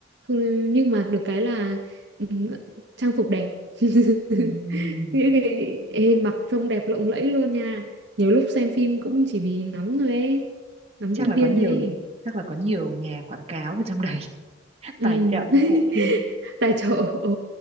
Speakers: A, on the right; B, on the right.
A: Ừ, nhưng mà được cái là ừm, trang phục đẹp <laughs>
B: Ừm,
A: những cái ê, mặc trông đẹp lộng lẫy luôn nha nhiều lúc xem phim cũng chỉ vì ngắm thôi ấy ngắm
B: chắc
A: diễn
B: là
A: viên
B: có nhiều
A: thôi ấy.
B: chắc là có nhiều nhà quảng cáo ở trong đấy <laughs>
A: Ừ.
B: tài trợ
A: <laughs>
B: cho bộ phim
A: Tài trợ
B: Ừ,
A: ừ.